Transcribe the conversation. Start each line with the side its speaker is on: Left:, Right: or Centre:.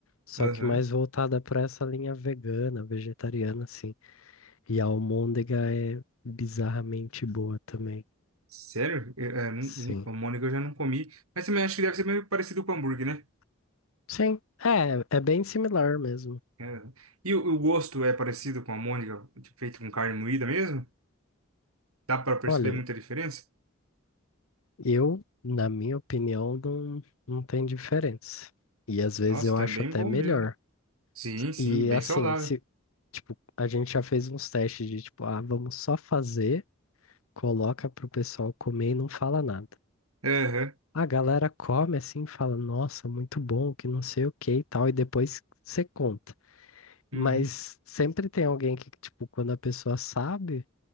Left: Só
Right: Aham.
Left: que mais voltada para essa linha vegana, vegetariana, assim. E a almôndega é bizarramente boa também.
Right: Sério? Eu, é, não-
Left: Sim.
Right: não- o Mônica eu já não comi. Mas também acho que deve ser meio parecido com hambúrguer, né?
Left: Sim, é, é bem similar mesmo.
Right: É. E o, o gosto é parecido com a Mônica, tipo, feito com carne moída mesmo? Dá pra perceber
Left: Olha,
Right: muita diferença?
Left: eu, na minha opinião, não, não tem diferença. E às vezes
Right: Nossa,
Left: eu
Right: tá
Left: acho
Right: bem
Left: até
Right: bom
Left: melhor.
Right: mesmo. Sim, sim,
Left: E
Right: bem
Left: assim,
Right: saudável.
Left: se, tipo, a gente já fez uns testes de tipo, ah, vamos só fazer, coloca pro pessoal comer e não fala nada.
Right: Aham.
Left: A galera come assim, fala, nossa, muito bom, que não sei o que e tal, e depois você conta.
Right: Uhum.
Left: Mas sempre tem alguém que, tipo, quando a pessoa sabe